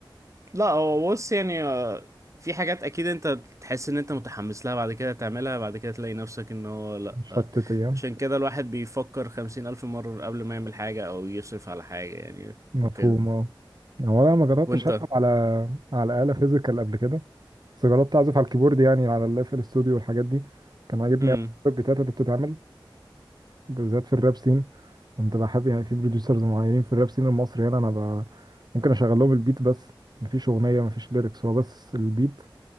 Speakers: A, on the right (about 35°); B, on the right (about 55°).
A: لا هو بص يعني آه، في حاجات اكيد انت تحس ان انت متحمس لها بعد كده تعملها بعد كده تلاقي نفسك ان هو لا
B: مش
A: آه،
B: فاتت ايام
A: عشان كده الواحد بيفكر خمسين الف مرة قبل ما يعمل حاجة او يصرف على حاجة يعني
B: مفهوم
A: وكده
B: اه هو انا ما جربتش
A: وانت
B: العب على على آلة فيزيكال قبل كده بس جربت اعزف على الكيبورد يعني على الاف ال استوديو والحاجات دي كان عاجبني
A: هم
B: أوي البيتات اللي بتتعمل بالذات في الراب سين كنت بحب يعني في بروديوسرز معينين في الراب سين المصري هنا انا ب... ممكن اشغل لهم البيت بس مفيش اغنيه مفيش ليركس هو بس البيت